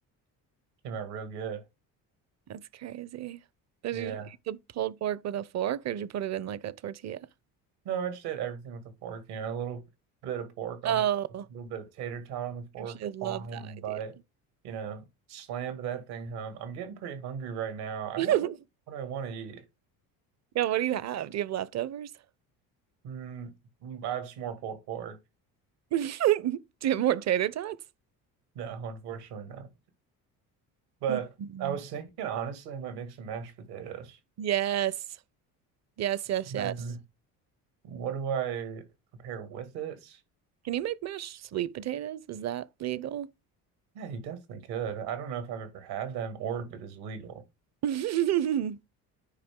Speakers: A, on the right; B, on the right.
A: came out real good.
B: That's crazy. Did
A: Yeah.
B: you just eat the pulled pork with a fork, or did you put it in like a tortilla?
A: No, I just ate everything with a fork, you know, a little bit of pork
B: Oh,
A: on, a little bit of tater tot on the fork,
B: I actually love
A: all in one
B: that idea.
A: bite. You know, slammed that thing home. I'm getting pretty hungry right now. I
B: <laughs>
A: don't really know what I want to eat.
B: Yeah, what do you have? Do you have leftovers?
A: Mm, I have some more pulled pork.
B: <laughs> Do you have more tater tots?
A: No, unfortunately not. But
B: Mhm.
A: I was thinking, honestly, I might make some mashed potatoes.
B: Yes. Yes, yes,
A: Then
B: yes.
A: what do I prepare with it?
B: Can you make mashed sweet potatoes? Is that legal?
A: Yeah, you definitely could. I don't know if I've ever had them or if it is legal,
B: <laughs>